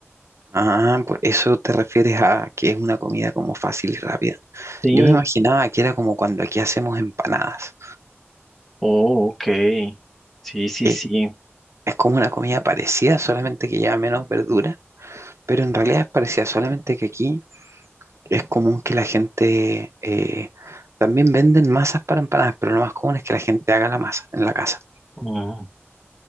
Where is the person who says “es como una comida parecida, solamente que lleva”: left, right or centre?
Right